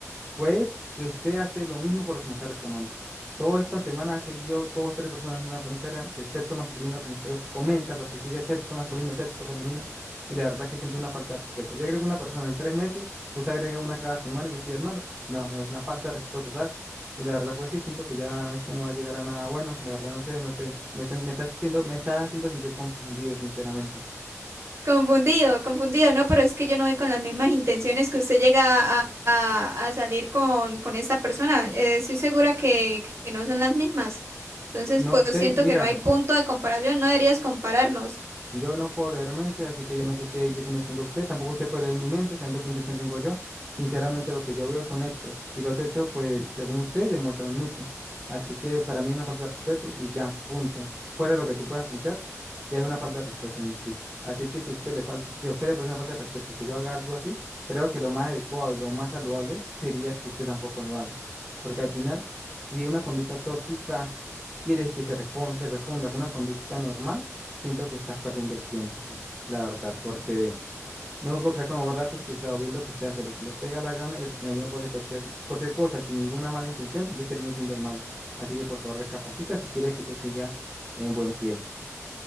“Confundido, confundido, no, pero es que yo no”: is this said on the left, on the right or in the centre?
Right